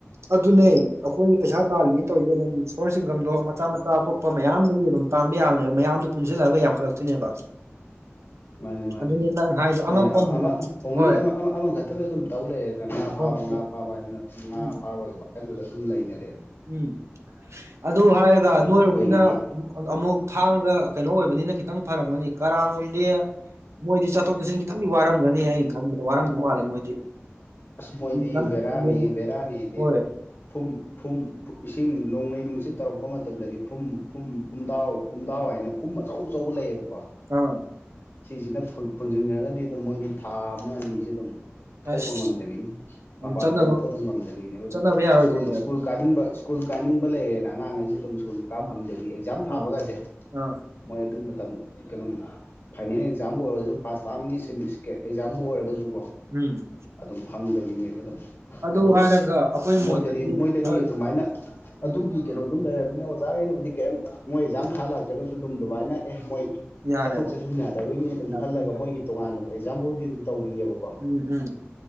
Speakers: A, on the right; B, on the left.
A: ꯑꯗꯨꯅꯦ ꯑꯩꯈꯣꯏꯅ ꯄꯩꯁꯥ ꯇꯥꯜꯂꯤꯅꯤꯅ ꯇꯧꯔꯤꯁꯦ ꯑꯗꯨꯝ ꯁꯣꯔꯣꯟ ꯏꯟꯒꯝꯗꯣ ꯃꯆꯥ ꯃꯆꯥ ꯑꯇꯣꯞꯄ ꯃꯌꯥꯝꯗꯒꯤ ꯑꯗꯨꯝ ꯇꯟꯕ ꯌꯥꯕꯥꯅꯦꯕ ꯃꯌꯥꯝꯗꯨ ꯄꯨꯟꯁꯤꯜꯂꯛꯑꯒ ꯌꯥꯝꯈꯠꯂꯛꯇꯣꯏꯅꯦꯕ
B: ꯃꯥꯅꯦ ꯃꯥꯅꯦ
A: ꯑꯗꯨꯅꯤ ꯅꯪ ꯍꯥꯏꯗꯣ
B: ꯑꯩꯈꯣꯏꯅ
A: ꯑꯉꯛꯄ ꯑꯃꯗ
B: ꯑꯃ ꯑꯣꯡꯂꯤ
A: ꯍꯣꯏ
B: ꯑꯃ ꯑꯃ ꯑꯃꯈꯛꯇꯗ ꯑꯗꯨꯝ ꯇꯧ ꯂꯩꯔꯦꯅ ꯉꯥ
A: ꯍꯣꯏ
B: ꯐꯥꯕ ꯉꯥ
A: ꯍꯣꯏ
B: ꯐꯥꯕ ꯍꯥꯏꯗꯅ ꯑꯗꯨꯝ ꯉꯥ
A: ꯎꯝ
B: ꯐꯥꯕꯒꯤ ꯋꯥꯈꯜꯗꯨꯗ ꯑꯗꯨꯝ ꯂꯩꯅꯔꯦꯕ
A: ꯎꯝ ꯑꯗꯨ ꯍꯥꯏꯔꯒ ꯅꯣꯏꯔꯣꯝꯅꯤꯅ
B: ꯑꯗꯣ ꯑꯩꯈꯣꯏꯒꯤꯗꯤ
A: ꯑꯃꯨꯛ ꯊꯥꯡꯒ ꯀꯩꯅꯣ ꯑꯣꯏꯕꯅꯤꯅ ꯈꯤꯇꯪ ꯐꯔꯝꯒꯅꯤ ꯀꯔꯥꯡꯒꯣꯝ ꯃꯣꯏꯗꯤ ꯆꯠꯊꯣꯛ ꯆꯠꯁꯤꯟ ꯈꯤꯇꯪꯗꯤ ꯋꯥꯔꯝꯒꯅꯤ ꯑꯩꯅ ꯈꯟꯕꯗ ꯋꯥꯔꯝꯗꯧ ꯃꯥꯜꯂꯦ ꯃꯣꯏꯗꯤ
B: ꯑꯁ ꯃꯣꯏꯗꯤ
A: ꯂꯝ
B: ꯕꯦꯔꯥꯅꯤ
A: ꯌꯦꯡ
B: ꯕꯔꯥꯅꯤꯗꯤ
A: ꯍꯣꯏ
B: ꯐꯨꯝ ꯐꯨꯝ ꯏꯁꯤꯡ ꯅꯣꯡꯂꯩ ꯅꯨꯡꯁꯤꯠ ꯇꯧꯔꯛꯄ ꯃꯇꯝꯗꯗꯤ ꯐꯨꯝ ꯐꯨꯝ ꯐꯨꯝꯗꯥꯎ ꯐꯨꯝꯗꯥꯎ ꯍꯥꯏꯅ ꯐꯨꯝ ꯑꯆꯧ ꯑꯆꯧꯕ ꯂꯩꯌꯦꯕꯀꯣ
A: ꯑꯥ
B: ꯁꯤꯁꯤꯅ ꯄꯨꯟꯁꯤꯟꯈ꯭ꯔꯒꯗꯤ ꯑꯗꯨꯝ ꯃꯣꯏꯗꯤ ꯊꯥ ꯑꯃ ꯑꯅꯤꯁꯦ ꯑꯗꯨꯝ ꯊꯣꯛꯄ
A: ꯑꯁ
B: ꯉꯝꯃꯤ ꯅꯤ ꯃꯄꯥꯟ
A: ꯑꯗꯨꯝ ꯆꯠꯅꯕ
B: ꯊꯣꯛꯂꯛꯄ ꯑꯗꯨꯝ ꯉꯝꯗꯕꯤꯅꯦꯕ ꯑꯗꯨꯝ
A: ꯆꯠꯅꯕ ꯌꯥꯔꯣꯏꯗꯣꯏꯅꯦꯕ
B: ꯁ꯭ꯀꯨꯜ ꯁ꯭ꯀꯨꯜ ꯀꯥꯅꯤꯡꯕ ꯁ꯭ꯀꯨꯜ ꯀꯥꯅꯤꯡꯕ ꯂꯩꯔꯦꯅ ꯑꯉꯥꯡꯉꯩꯁꯨ ꯑꯗꯨꯝ ꯁ꯭ꯀꯨꯜ ꯀꯥ
A: ꯑꯥ
B: ꯐꯪꯗꯕꯤ ꯑꯦꯛꯖꯥꯝ ꯊꯥꯕꯒꯁꯦ
A: ꯑꯥ ꯑꯥ
B: ꯃꯣꯏ ꯑꯗꯨ ꯃꯇꯝ ꯀꯩꯅꯣꯝ ꯐꯥꯏꯅꯦꯜ ꯑꯦꯛꯖꯥꯝꯕꯨ ꯑꯣꯏꯔꯁꯨ ꯐꯥꯔꯁ ꯇꯥꯔꯝꯒꯤ ꯁꯤ ꯏꯁꯀꯦꯠ ꯑꯦꯛꯖꯥꯝꯕꯨ ꯑꯣꯏꯔꯒꯁꯨꯀꯣ
A: ꯎꯝ
B: ꯑꯗꯨꯝ ꯐꯪꯗꯕꯤꯅꯦꯕ ꯑꯗꯨꯝ
A: ꯑꯗꯨ
B: ꯑꯗꯣ
A: ꯍꯥꯏꯔꯒ ꯑꯩꯈꯣꯏ ꯃꯣꯠꯇꯗꯤ
B: ꯃꯣꯏꯗꯗꯤ ꯃꯣꯏꯗꯗꯤ
A: ꯍꯣꯏ
B: ꯑꯗꯨꯃꯥꯏꯅ ꯑꯗꯨꯒꯤ
A: ꯎꯝ
B: ꯀꯩꯅꯣ ꯑꯗꯨꯝ ꯂꯩꯔꯕꯝꯃꯤꯅ ꯑꯣꯖꯥꯈꯩꯅꯕꯨꯗꯤ ꯀꯔꯤꯝ ꯃꯣꯏ ꯑꯦꯛꯖꯥꯝ ꯊꯥ ꯂꯥꯛꯇ꯭ꯔꯒꯁꯨ ꯑꯗꯨꯝ ꯑꯗꯨꯃꯥꯏꯅ ꯑꯦ ꯃꯣꯏ
A: ꯌꯥꯔꯦꯕ
B: ꯆꯠꯊꯣꯛ ꯆꯠꯁꯤꯟ ꯌꯥꯗꯕꯩꯅꯦ ꯑꯗꯨꯝ
A: ꯌꯥꯗꯕꯩ
B: ꯈꯜꯂꯒ ꯃꯣꯏꯒꯤ ꯇꯣꯉꯥꯟꯥꯟꯕ ꯑꯦꯛꯖꯥꯝꯄꯜꯗꯤ ꯑꯗꯨꯝ ꯇꯧꯕꯤꯌꯦꯕꯀꯣ
A: ꯎꯝ ꯎꯝ